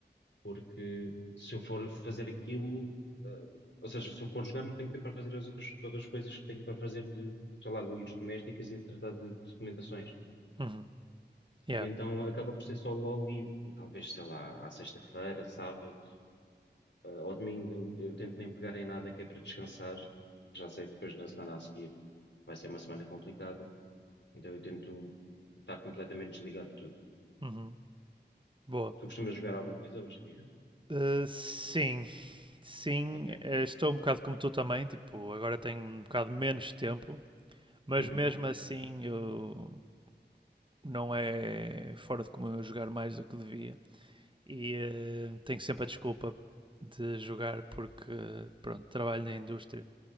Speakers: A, on the left; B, on the right.
A: porque se eu for fazer aquilo, eh, ou seja, se eu for jogar, não tenho tempo para fazer as outras, todas as coisas que tenho para fazer de, sei lá, de lides domésticas e de tratar de documentações.
B: Uhum. Yeah.
A: E então acaba por ser só LOL e, e talvez, sei lá, à sexta-feira, sábado, eh, ao domingo, eu tento nem pegar em nada que é para descansar, porque já sei que depois na semana a seguir vai ser uma semana complicada Então eu tento estar completamente desligado de tudo.
B: Uhum. Boa.
A: Tu costumas jogar alguma coisa hoje em dia?
B: Uh, sim. Sim,
A: Ok.
B: eh, estou um bocado como tu também, tipo, agora tenho um bocado menos tempo, mas
A: Uhum.
B: mesmo assim eu não é fora de comum eu jogar mais do que devia. E eh, tenho sempre a desculpa de jogar porque, pronto, trabalho na indústria